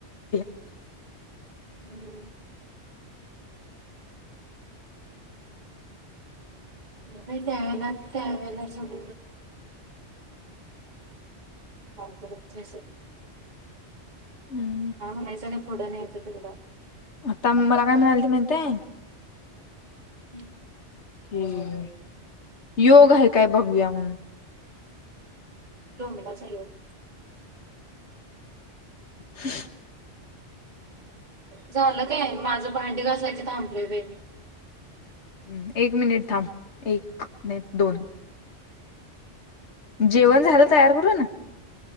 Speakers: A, on the left; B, on the right.
A: <unintelligible>
B: हॅलो. त्यावेला त्यावेळेला सग <unintelligible>
A: हम्म.
B: हा, म्हणायचं आणि पुढं न्यायचं तिकडं.
A: आता मला काय म्हणालती माहिती हाय?
B: हम्.
A: हम, योग आहे काय बघूया म्हणून
B: डोंबल्याचा योग.
A: <unintelligible>
B: झालं काय? माझं भांडी घासायचं थांबलय बे.
A: <unintelligible> एक मिनिट थांब, एक नाही, दोन. जेवण झालं तयार करून.